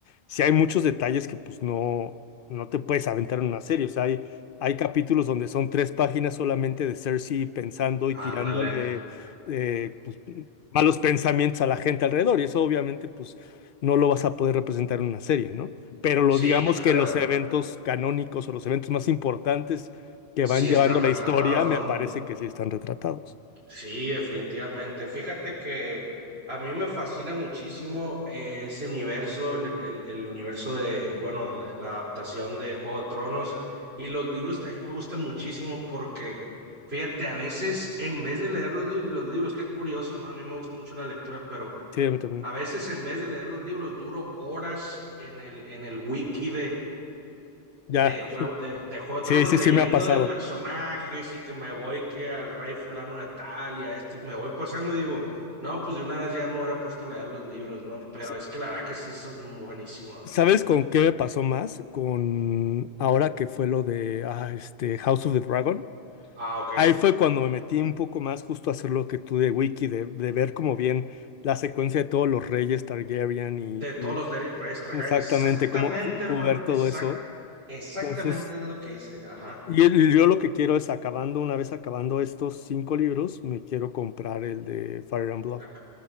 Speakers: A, on the left; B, on the right.
A: sí hay muchos detalles que pues no, no te puedes aventar en una serie. O sea, hay, hay capítulos donde son tres páginas solamente de Cersei pensando y tirándole
B: Ándale.
A: eh, pues, malos pensamientos a la gente alrededor. Y eso obviamente pues no lo vas a poder representar en una serie, ¿no? Pero los,
B: Sí,
A: digamos
B: claro,
A: que los eventos canónicos o los eventos más importantes que
B: sí
A: van llevando
B: están
A: la
B: retratados,
A: historia, me
B: ¿no?
A: parece que sí están retratados.
B: Sí, definitivamente. Fíjate que a mí me fascina muchísimo eh, ese universo, el, el- el universo de, bueno, la, la adaptación de Juego de Tronos y los libros también me gustan muchísimo porque, fíjate, a veces en vez de leer los, li- los libros, qué curioso, ¿no? A mí me gusta mucho la lectura, pero
A: Sí, a mí también.
B: a veces en vez de leer los libros duro horas en el, en el wiki
A: Ya,
B: De juego,
A: <laughs>
B: de, de Juego de
A: sí,
B: Tronos
A: sí,
B: leyendo
A: sí me ha pasado.
B: de personajes y que me voy que al rey fulano de tal y a este, y me voy pasando y digo, no, pues de una vez ya me hubiera puesto a leer los libros, ¿no? Pero
A: S-
B: es que la verdad que sí son buenísimos,
A: ¿Sabes
B: la verdad.
A: con qué me pasó más? Con ahora que fue lo de ah, este House of the Dragon.
B: Ah, ok,
A: Ahí
B: sí.
A: fue cuando me metí un poco más justo a hacer lo que tú de Wiki, de, de ver como bien la secuencia de todos los reyes Targaryen y,
B: De todos
A: y
B: los de Reyes Targaryen.
A: exactamente
B: Exactamente,
A: cómo,
B: hermano.
A: cómo ver todo
B: Exact,
A: eso.
B: exactamente
A: Entonces,
B: es lo que hice. Ajá.
A: Y el- yo lo que quiero es acabando, una vez acabando estos cinco libros, me quiero comprar el de Fire and Blood.
B: La-